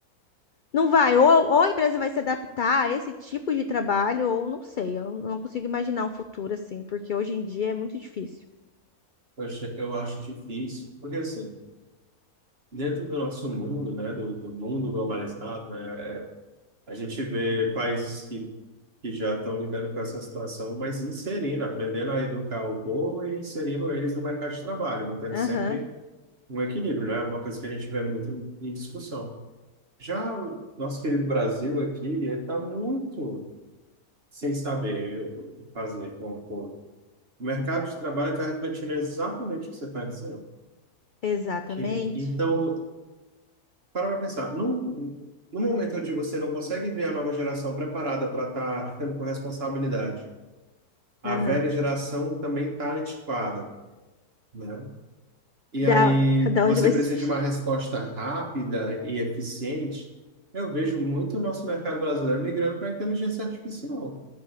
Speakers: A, on the left (about 65°); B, on the right (about 40°).
A: não vai. Ou, ou a empresa vai se adaptar a esse tipo de trabalho, ou não sei, eu não, não consigo imaginar um futuro assim, porque hoje em dia é muito difícil.
B: Eu acho, eu acho difícil, porque assim, dentro do nosso mundo, né, do, do mundo globalizado, né, a gente vê países que, que já estão lidando com essa situação, mas inserindo, aprendendo a educar o povo e inserindo eles no mercado de trabalho, mantendo
A: Aham,
B: sempre um equilíbrio, né, uma coisa que a gente vê muito em discussão. Já o nosso querido Brasil aqui, ele está muito sem saber o que fazer com o povo. O mercado de trabalho está refletindo exatamente o que você está dizendo.
A: exatamente.
B: Que, então, para pra pensar, no, no momento onde você não consegue ver a nova geração preparada para estar tendo com responsabilidade, a
A: Aham.
B: velha geração também está antiquada, né? E
A: Da,
B: aí
A: da
B: você
A: onde vai
B: precisa
A: surgir?
B: de uma resposta rápida e eficiente. Eu vejo muito o nosso mercado brasileiro migrando para a inteligência artificial.